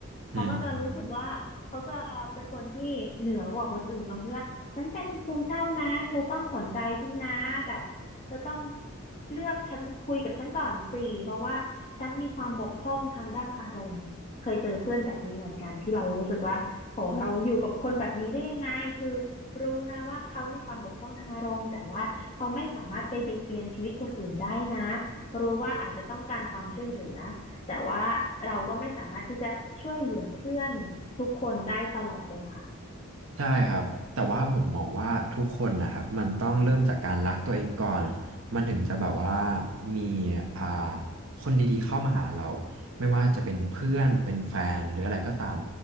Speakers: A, on the left (about 30°); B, on the right (about 75°).
A: เขาก็จะรู้สึกว่าเขาจะเป็นคนที่เหนือกว่าคนอื่นตรงที่ว่าฉันเป็นซึมเศร้านะเธอต้องสนใจฉันนะแบบเธอต้อง
B: อืม
A: เลือกฉันคุยกับฉันก่อนสิเพราะว่าฉันมีความบกพร่องทางด้านอารมณ์เคยเจอเพื่อนแบบนี้เหมือนกันที่เรารู้สึกว่าโหเราอยู่กับคนแบบนี้ได้ยังไงคือ รู้นะว่าเขามีความบกพร่องทางอารมณ์แต่ว่าเขาไม่สามารถไปเบียดเบียนชีวิตคนอื่นได้นะรู้ว่าอาจจะต้องการความช่วยเหลือแต่ว่าเราก็ไม่สามารถที่จะช่วยเหลือเพื่อนทุกคนได้ตลอดเวลา
B: ใช่ครับแต่ว่าผมมองว่าทุกคนนะครับมันต้องเริ่มจากการรักตัวเองก่อนมันถึงจะแบบว่ามีอ่าคนดีๆเข้ามาหาเราไม่ว่าจะเป็นเพื่อนเป็นแฟนหรืออะไรก็ตาม